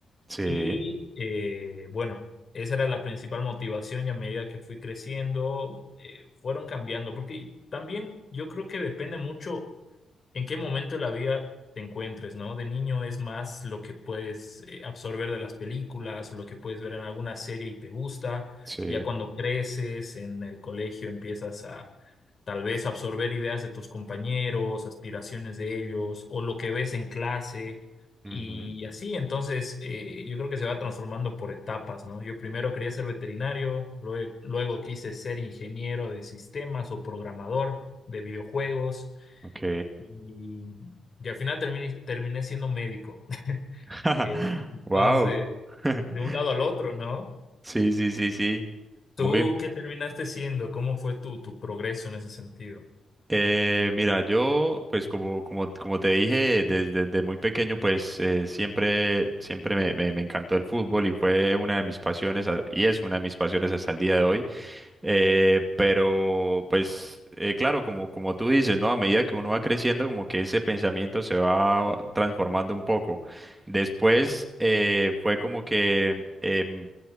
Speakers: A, on the right; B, on the left.
A: Sí,
B: Y eh, bueno, esa era la principal motivación y a medida que fui creciendo, eh, fueron cambiando, porque también yo creo que depende mucho. en qué momento de la vida te encuentres, ¿no? De niño es más lo que puedes eh, absorber de las películas o lo que puedes ver en alguna serie y te gusta.
A: sí.
B: Ya cuando creces en el colegio empiezas a tal vez absorber ideas de tus compañeros, aspiraciones de ellos o lo que ves en clase.
A: Ujú,
B: Y así, entonces, eh, yo creo que se va transformando por etapas, ¿no? Yo primero quería ser veterinario, lue- luego quise ser ingeniero de sistemas o programador de videojuegos.
A: Ok.
B: Y, y al final terminé, terminé siendo médico. <laughs>
A: <laughs>
B: Eh, entonces,
A: Wow. <laughs>
B: de un lado al otro, ¿no?
A: Sí, sí, sí, sí.
B: ¿Tú
A: Muy,
B: qué terminaste siendo? ¿Cómo fue tu, tu progreso en ese sentido?
A: Eh, mira, yo, pues como, como, como te dije, desde, desde muy pequeño, pues eh, siempre, siempre me, me, me encantó el fútbol y fue una de mis pasiones, a- y es una de mis pasiones hasta el día de hoy. Eh, pero pues eh, claro, como, como tú dices, ¿no? A medida que uno va creciendo, como que ese pensamiento se va transformando un poco. Después eh, fue como que em,